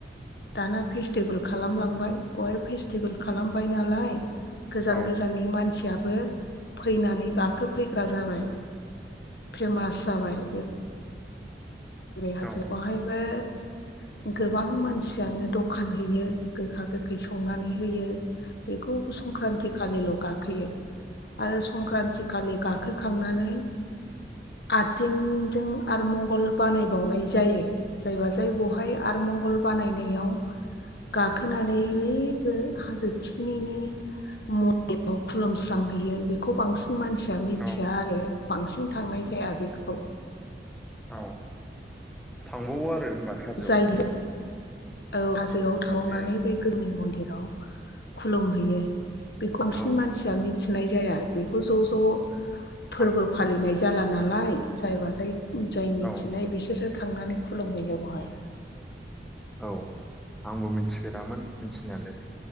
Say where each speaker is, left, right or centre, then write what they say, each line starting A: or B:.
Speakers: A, on the left (about 60°); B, in the centre.
A: दाना फेस टेबोल खालामलांबाय बय फिस फेल खालामबाय नालाय गोजान
B: औ
A: गोजाननि मानसिया बो फैनानै गाखोफैग्रा जाबाय फेमास जाबाय हाजो
B: औ
A: बहायबो गोबां मानसियानो दखान हैयो गोखा गोखा थाखाय संनानै होयो बेखौ संक्रान्ति खालिल' गाखोयो गाखोयो आरो संक्रान्ति खालि गाखोखांनानै आददिनजों आरो मंगल बानायबावनाय जायो जायबा जाय बहाय आरमंगल बानायनायाव गाखोनानै ओइ हाजो थिखिनिनि मलायाव खुलुमस्रांहैयो बेखौ बांसिन बांसिन मानसिया मिथिया
B: औ
A: आरो बांसिन थांनाय जाया बेखौ
B: औ थांबावो आरो हाजोआव
A: जाय औ गोआव थावनानै
B: ए
A: बे गोजोनि मन्दिर खुलुमहैयो बे बांसिन
B: औ
A: मानसिया मि मिथिनाय जाया बेखौ ज' ज ज फोरबो
B: आं
A: फालिनायायो जाला नालाय जायबा जाय जाय मिथिनाय
B: औ
A: बिसोरो थांनानै खुलुमहैयो बेहाय
B: औ आंबो मिथिफेरामोन मिथिनायालाय